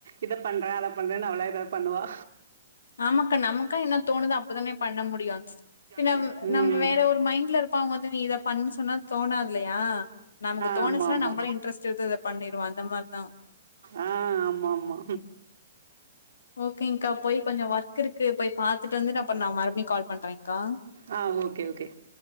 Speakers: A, on the right (about 75°); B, on the left (about 80°).
A: இத பண்றே அத பண்றேன்னு அவளா ஏதாது பண்ணுவா
B: ஆமாக்கா நமக்கா என்ன தோணுதோ அப்பதானே பண்ண முடியு பின்ன
A: ஏன்னா
B: நம்ம
A: ம்
B: வேற ஒரு மைண்ட்ல இருப்போ அவுங்க வந்து நீ இத பண்ணுன்னு சொன்னா தோணாதுல்லையா நமக்கு தோணுச்சுன்னா
A: ஆமா ஆமா
B: நம்மளும் இன்ட்ரெஸ்ட் எடுத்து இத பண்ணிருவோம். அந்த மாரிதான்.
A: ஆ ஆமா ஆமா
B: ஓகேங்கா போய் கொஞ்சோ ஒர்க் இருக்கு போய் பாத்துட்டு வந்துட்டு அப்பறோ நா மறுபடியு கால் பண்றேன்கா
A: ஆ ஓகே ஓகே